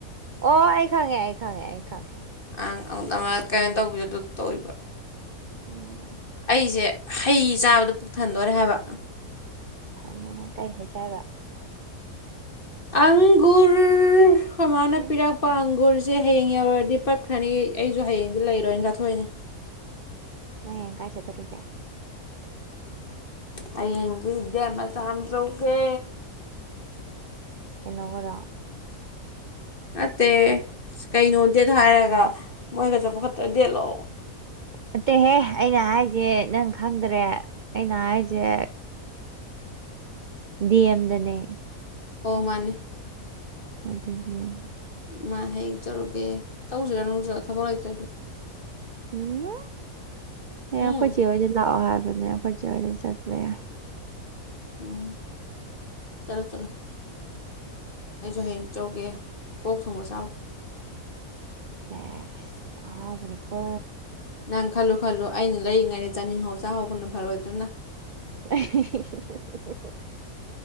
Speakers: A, on the right; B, on the left.
A: ꯑꯣ ꯑꯩ ꯈꯪꯉꯦ ꯑꯩ ꯈꯪꯉꯦ ꯑꯩ ꯈꯪꯉꯦ
B: ꯑꯪ ꯑꯧ ꯅꯕ ꯀꯩꯅꯣ ꯇꯧꯕꯗꯣ ꯗꯨꯗꯣ ꯇꯧꯔꯤꯕꯣ
A: ꯎꯝ
B: ꯑꯩꯁꯦ ꯍꯩ ꯆꯥꯕꯗ ꯄꯨꯛꯊꯟꯗꯣꯔꯦ ꯍꯥꯏꯕ
A: ꯊꯟꯅꯤ ꯅꯪ ꯀꯩ ꯍꯩ ꯆꯥꯏꯕ
B: ꯑꯪꯒ꯭ꯨꯔ ꯈꯣꯏ ꯃꯥꯅ
A: ꯎꯝ
B: ꯄꯤꯔꯛꯄ ꯑꯪꯒ꯭ꯨꯔ ꯆꯦ ꯍꯌꯦꯡ ꯌꯧꯔꯗꯤ ꯄꯠꯈ꯭ꯔꯅꯤ ꯑꯩꯁꯨ ꯍꯌꯦꯡꯗꯤ ꯂꯩꯔꯣꯏꯅ ꯆꯥꯊꯣꯛꯏꯅꯦ
A: ꯅꯪ ꯍꯌꯦꯡ ꯀꯥꯏ ꯆꯠꯇꯣꯔꯤꯒꯦ
B: ꯍꯌꯦꯡꯗꯤ ꯗꯦꯠ ꯃꯆꯥ ꯑꯃ ꯆꯧꯎꯒꯦ
A: ꯀꯩꯅꯣꯒꯔꯣ
B: ꯅꯠꯇꯦ ꯀꯩꯅꯣ ꯗꯦꯠ ꯍꯥꯏꯔꯒ ꯃꯣꯏꯒ ꯆꯠꯄ ꯈꯠꯇ ꯗꯦꯠ ꯂꯣ
A: ꯅꯠꯇꯦꯍꯦ ꯑꯩꯅ ꯍꯥꯏꯖꯦ ꯅꯪ ꯈꯪꯗꯔꯦ ꯑꯩꯅ ꯍꯥꯏꯖꯦ ꯗꯤ ꯑꯦꯝꯗꯅꯦ
B: ꯑꯣꯃꯅꯤ
A: ꯑꯗꯨꯅꯦ
B: ꯃꯥ ꯍꯌꯦꯡ ꯆꯠꯔꯨꯀꯦ ꯆꯠꯂꯨꯁꯦꯔ ꯅꯪꯁꯨ ꯊꯕꯛ ꯂꯩꯇ꯭ꯔꯗꯤ
A: ꯎꯝꯍꯨꯝ ꯑꯩ
B: ꯎꯝ
A: ꯑꯩꯈꯣꯏ ꯆꯦ ꯍꯣꯏꯗ ꯂꯥꯛꯑꯣ ꯍꯥꯏ <unintelligible>
B: ꯎꯝ ꯆꯠꯂꯣ ꯆꯠꯂꯣ ꯑꯩꯁꯨ ꯍꯌꯦꯡ ꯆꯠꯎꯒꯦ ꯑꯣꯛ ꯊꯣꯡꯕ ꯆꯥꯎꯒꯦ
A: ꯁꯦꯁ ꯑꯍꯥꯎꯕꯅꯤꯀꯣ
B: ꯅꯪ ꯈꯜꯂꯨ ꯈꯜꯂꯨ ꯑꯩꯅ ꯂꯩꯔꯤꯉꯩꯗ ꯆꯥꯅꯤꯡꯍꯧ ꯆꯥꯛꯍꯧꯕꯅ ꯐꯔꯣꯏꯗ꯭ꯔꯅ
A: <unintelligible>